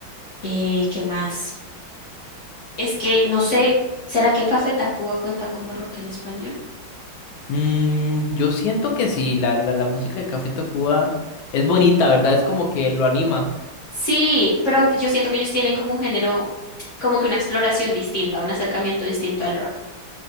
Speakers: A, on the left; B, on the left.
A: Eh, ¿qué más? Es que no sé, ¿será que Café Tacuba cuenta como rock en español?
B: Mm, yo siento que sí, la, la, la música de Café Tacuba es bonita, ¿verdad? Es como que lo anima.
A: Sí, pero aunque- yo siento que ellos tienen como un género, como que una exploración distinta, un acercamiento distinto al rock.